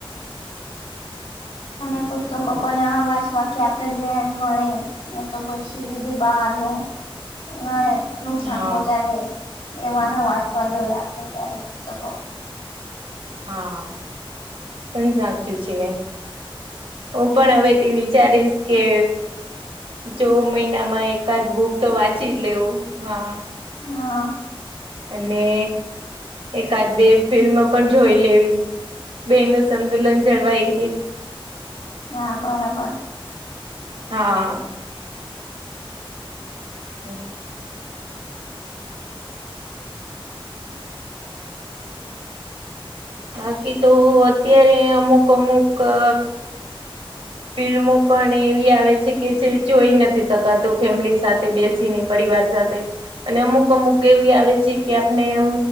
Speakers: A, on the left; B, on the right.
A: અને પુસ્તકો પણ અવાજવાકી આપણે જ્ઞાન મળે. અ તો પછી બીધું બહાર ન હ નુકસાન
B: હા
A: પહોંચાડે એવાના વાંચવા જોઈએ આપણે ત્યારે પુસ્તકો.
B: હા, પણ સાચું છે. હું પણ હવે તે વિચારીશ કે જો મહિનામાં એકાદ બુક તો વાંચી જ લેવું, હા.
A: હા
B: અને, એકાદ બે ફિલ્મ પણ જોઈ લેવી બે સંતુલન જળવાઈ રે.
A: હા બરાબર.
B: હા. હમ. બાકી તો અત્યારે અમુક અમુક અ ફિલ્મો પણ એવી આવે છે કે જે જોઈ નથી શકાતું ફેમિલી સાથે બેસીને પરિવાર સાથે અને અમુક અમુક કેવી આવે છે કે આપનેમ